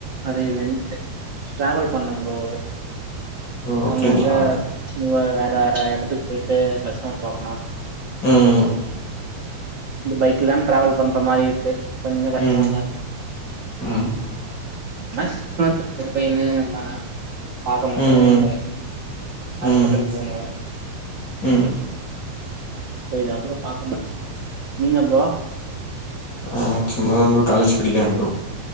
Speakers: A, on the right; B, on the left.
A: அது இதுன்ட்டு ட்ரவல் பண்ண ப்ரொ
B: ஓ அப்டிங்களா
A: அங்கங்க ம் வேற வேற இடத்துக்கு போயிட்டு கஷ்டமர் பாக்கணூ
B: ம்
A: இந்த பைக்லா தா ட்ரவல் பண்ற மாரி இருக்கு கொஞ்ச கஷ்டமாதா
B: ம்
A: இருக்கு
B: ம்
A: கஸ் மர் கம்பலைன் எல்லா பாக்கணூ அதெல்லா
B: ம்
A: கூட ஹாஸ்பிட்டல்
B: ம்
A: போனோ
B: ம்
A: போய்தா ப்ரோ பாக்கனே நீங்க ப்ரொ
B: ஆ சும்மா தா ப்ரோ நா காலேஜ் படிக்கிறோ ப்ரொ